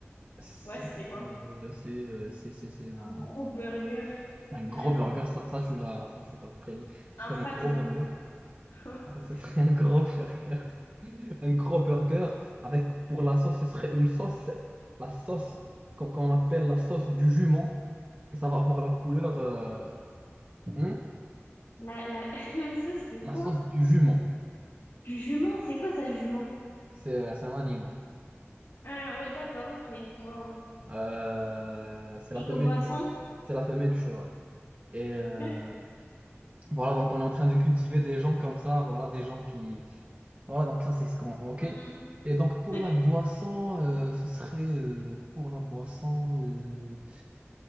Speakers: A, on the right (about 30°); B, on the left (about 85°).
A: C'est
B: Ouais, ce serait quoi?
A: euh, c'est euh, c'est- c'est- c'est un,
B: Un gros burger,
A: un gros
B: Il y a un,
A: burger, ça, ça, tu l'as ça, tu l'as prévu. Ce
B: un
A: serait
B: fat
A: un gros
B: burger.
A: burger, <laughs>
B: <laughs>
A: Ah, ce serait un gros burger, <laughs> un gros burger, avec pour la sauce, ce serait une sauce, la sauce qu'on qu'on appelle la sauce du jument, et ça va avoir la couleur... euh, hein
B: La, la, <laughs> la sauce de quoi?
A: La sauce du jument.
B: Du jument, c'est quoi ça, jument?
A: C'est euh, c'est un animal.
B: Ah, ouais, d'accord, ok, waouh.
A: Euh, c'est la
B: Et
A: femelle
B: comme boisson?
A: du, c'est la femelle du cheval. Et euh,
B: Ok,
A: voilà, donc on est en train de cultiver des gens comme ça, voilà, des gens qui... Voilà, donc ça c'est ce qu'on... Ok.
B: hmm,
A: Et donc pour
B: ok,
A: la boisson, euh, ce serait... euh, pour la boisson, euh,